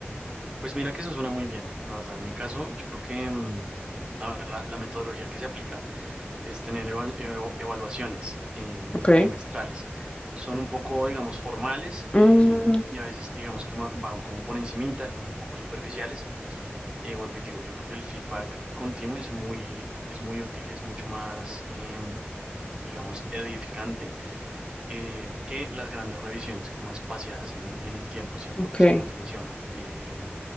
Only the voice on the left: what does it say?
Okay.
Mm,
ok,